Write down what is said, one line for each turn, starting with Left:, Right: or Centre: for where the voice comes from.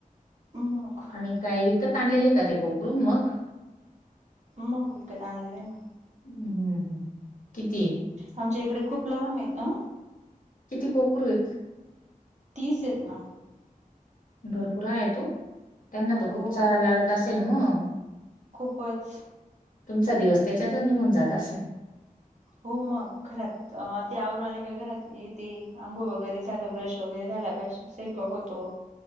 Right: मग
Left: आणि काही विकत आणलेले का ते कोकरू मग
Right: मग विकत आणलेले आहे ना.
Left: हम्म हम्म हम्म किती
Right: आमच्या इकडे खूप लांब आहेत हा.
Left: किती कोकरू आहेत.
Right: तीस आहेत ना
Left: भरपूर आहे ओ त्यांना त
Right: हो
Left: खूप चारा लागत असेल मग
Right: खूपच
Left: तुमचा दिवस त्याच्यातच निघून जात असेल.
Right: हो मग घरात ते आवरून आले का घरात येते अंघोळ वगैरे झालं ब्रश वगैरे झाला कशी स्वयंपाक होतो